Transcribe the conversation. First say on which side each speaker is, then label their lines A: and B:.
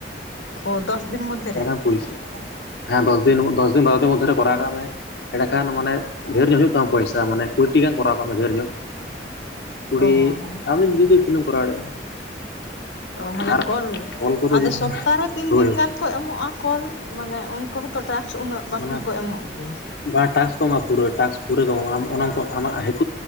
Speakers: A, on the left; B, on the left.
A: ᱚ ᱫᱚᱥ ᱫᱤᱱ ᱢᱚᱫᱮᱼᱼ
B: ᱮᱰᱮᱠᱷᱟᱱ ᱯᱩᱭᱥᱟ ᱦᱮᱸ ᱫᱚᱥ ᱫᱤᱱ ᱫᱚᱥ ᱫᱤᱱ ᱵᱟᱨᱚ ᱫᱤᱱ ᱢᱚᱫᱽᱫᱷᱮ ᱨᱮ ᱠᱚᱨᱟᱣ ᱠᱟᱜ ᱢᱮ᱾ ᱮᱸᱰᱮ ᱠᱷᱟᱱᱮ ᱰᱷᱮᱨ ᱧᱚᱜ ᱦᱩᱭᱩᱜ ᱛᱟᱢ ᱯᱚᱭᱥᱟ ᱢᱟᱱᱮ ᱠᱩᱤᱴᱤ ᱜᱟᱱ ᱠᱚᱨᱟᱣ ᱠᱟᱜ ᱢᱮ ᱰᱷᱮᱨ ᱧᱚᱜ᱾ ᱠᱩᱲᱤ
A: ᱚ
B: ᱟᱢ ᱫᱤᱫᱤ ᱛᱤᱱᱟᱹ ᱮᱢ ᱠᱚᱨᱟᱣ ᱫᱟᱲᱮᱭᱟᱜᱼᱟ᱾
A: ᱚ ᱢᱟᱱᱮ
B: ᱟᱨ
A: ᱠᱚᱞ
B: ᱚᱞ ᱠᱚᱫᱚ
A: ᱟᱫᱚ ᱥᱚᱯᱛᱟᱦᱮ ᱛᱤᱱ
B: ᱦᱳᱭ
A: ᱫᱤᱱ ᱜᱟᱱᱼᱼ ᱠᱚ ᱮᱢᱚᱜᱼᱟ ᱠᱚᱞ ᱢᱟᱱᱮ ᱩᱱᱠᱩ ᱦᱚᱸᱛᱚ ᱴᱨᱟᱠᱥ ᱩᱱᱟᱹᱜ ᱵᱟᱝ
B: ᱢᱟᱱᱮ
A: ᱠᱚ ᱮᱢᱚᱜ ᱜᱮᱭᱟ᱾
B: ᱵᱟᱝ ᱴᱟᱥ ᱠᱚ ᱮᱢᱚᱜᱼᱟ ᱯᱩᱨᱟᱹ ᱴ ᱯᱩᱨᱟᱹᱚᱜ ᱟᱢ ᱚᱱᱟ ᱟᱢᱟᱜ ᱦᱤᱛ